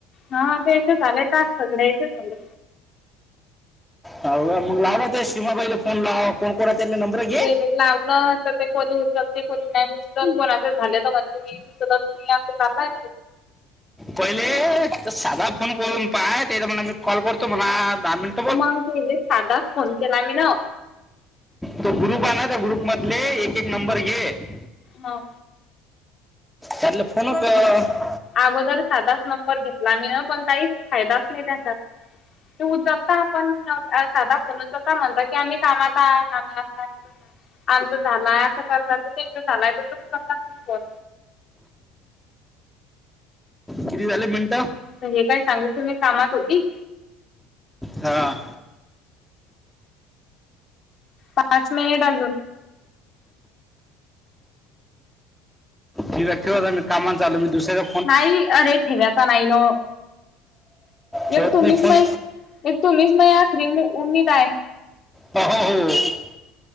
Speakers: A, on the left (about 45°); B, in the centre.
A: हा ते इथं झालंय का सगळ्या इथे झाले.
B: ह मग लावला ते सीमाबाईला फोन लावा कोणा कोणा नंबर घे
A: ते म लावलं. ते कोणी उचल ते कोणी नाही उचल कोणाचे झाले तर म्हणत्याती अस चाललाय.
B: पहिले साधा फोन करून पाहा ते तर म्हणा मी कॉल करतो म्हणा दहा मिनट.
A: मग केले सादाच फोन केला मी न.
B: तो ग्रुप आहे ना त्या ग्रुप मधले एक एक नंबर घे.
A: हा.
B: त्यातले फोन कर.
A: अगोदर साधाच नंबर घेतला म्ही न पण काहीच फायदाच नाही त्याचा. तो उचलता पण साधा फोन उचलता म्हणता की आम्ही कामात आहे आम्ही असा आहे. आमच झालाय असं करतात तेंच झालाय तर ते उचलत न फोन.
B: किती झाले मिनट?
A: हे काय सांगित मी कामात होती.
B: हा.
A: पाच मिनिट अजून.
B: ठीक आहे ठेवा आता मी कामा चालूय मी दुसऱ्या
A: नाही अरे ठेवा्यायचा नाही नो
B: ठेवत
A: एक तुम्हीच
B: नाही फोन
A: माहि एक तुम्हीच रिंग होऊन घेत आहे.
B: ह ह हो.